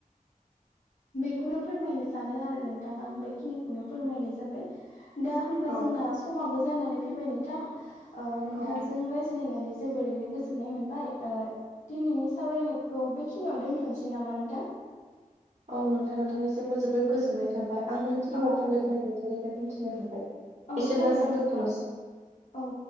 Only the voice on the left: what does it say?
बेखौनो फोरमायनो सानो आरो नोंथां आं बेखिनिखौनो फोरमायनाय जाबाय। दा होनब्ला
जोंना समाबो जानानै फैबाय नोंथां नोंथांजों
रायज्लायनानै जोबोरैनो गोजोननाय मोनबाय दिनैनि सावरायनायखौ बेखिनियावनो दोन्थ'नोसै नामा नोंथां।
औ
औ
थारैनो
नोंथां
औ।